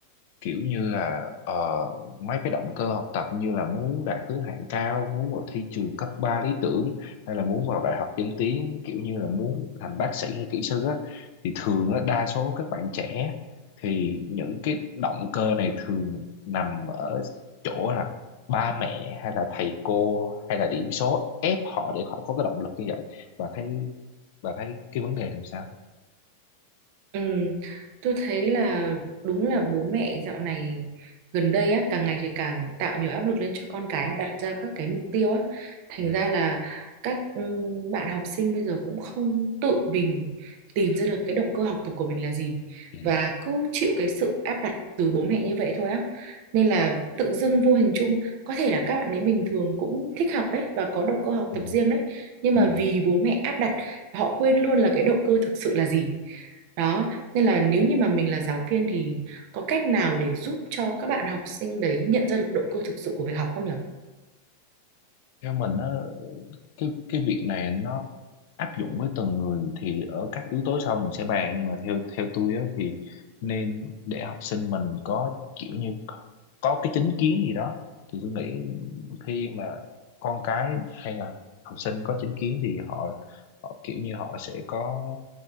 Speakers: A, on the left; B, on the right.
A: kiểu như là ờ, mấy cái động cơ học tập như là muốn đạt thứ hạng cao muốn vào thi trường cấp 3 lý tưởng hay là muốn vào đại học danh tiếng kiểu như là muốn thành bác sĩ hay kỹ sư á thì thường á, đa số các bạn trẻ thì những cái động cơ này thường nằm ở chỗ là ba mẹ hay là thầy cô hay là điểm số ép họ để họ có cái động lực như vậy bà thấy bà thấy cái vấn đề này sao
B: Ừ, tôi thấy là đúng là bố mẹ dạo này gần đây á càng ngày thì càng tạo nhiều áp lực lên cho con cái đặt ra các cái mục tiêu á thành
A: ừ
B: ra là các ừ, bạn học sinh bây giờ cũng không tự mình tìm ra được cái động cơ học tập của mình là gì
A: ừ
B: và cứ chịu cái sự áp đặt từ bố mẹ như vậy thôi á nên là tự dưng vô hình chung có thể là các bạn ấy bình thường cũng thích học đấy và có động cơ học
A: ừ
B: tập riêng đấy nhưng
A: ừ
B: mà vì bố mẹ áp đặt họ quên luôn là cái động cơ thực sự là gì đó, nên là nếu như mà mình là giáo viên thì có cách nào để giúp cho các bạn học sinh đấy nhận ra được động cơ thực sự của việc học không nhỉ?
A: theo mình á cái cái việc này nó áp dụng với từng người thì ở các yếu tố sau mình sẽ bàn nhưng mà theo theo tôi á, thì nên để học sinh mình có kiểu như có cái chính kiến gì đó thì tôi nghĩ khi mà con cái hay là học sinh có chính kiến thì họ, họ kiểu như họ sẽ có